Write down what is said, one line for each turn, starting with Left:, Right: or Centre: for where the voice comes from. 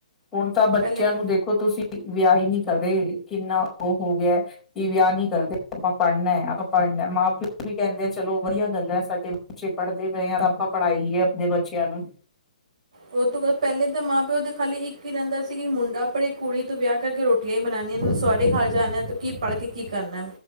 Centre: ਹੁਣ ਤਾਂ ਬੱਚਿਆਂ
Right: ਪਹਿਲੇ
Centre: ਨੂੰ ਦੇਖ ਦੇਖੋ ਤੁਸੀਂ ਵਿਆਹ ਹੀ ਨਹੀਂ ਕਰ ਰਹੇ ਕਿੰਨਾ ਉਹ ਹੋ ਗਿਆ। ਕੀ ਵਿਆਹ ਨੀ ਕਰਦੇ ਆਪਾਂ ਪੜ੍ਹਨਾ ਐ। ਆਪਾਂ ਪੜ੍ਹਨਾ ਮਾਂ-ਪਿਓ ਵੀ ਕਹਿੰਦੇ ਚਲੋ ਵਧੀਆ ਗੱਲ ਐ। ਸਾਡੇ ਬੱਚੇ ਪੜ੍ਹਦੇ ਪਏ ਆ ਤਾਂ ਆਪਾਂ ਪੜ੍ਹਾਈ ਹੀਏ ਆਪਣੇ ਬੱਚਿਆਂ ਨੂੰ।
Right: ਉਹ ਤੋਂ ਪਹਿਲੇ ਤਾਂ ਮਾਂ-ਪਿਓ ਦੇ ਖਾਲੀ ਇੱਕ ਹੀ ਰਹਿੰਦਾ ਸੀ। ਕਿ ਮੁੰਡਾ ਪੜ੍ਹੇ ਕੁੜੀ ਤੇ ਵਿਆਹ ਕੇ ਰੋਟੀ ਰੋਟੀਆਂ ਹੀ ਬਣਾਂਨੀਆਂ ਨੇ। ਸੋਹਰੇ ਘਰ ਜਾਣਾ ਤੇ ਕੀ ਪੜ੍ਹ ਕੇ ਕੀ ਕਰਨਾ।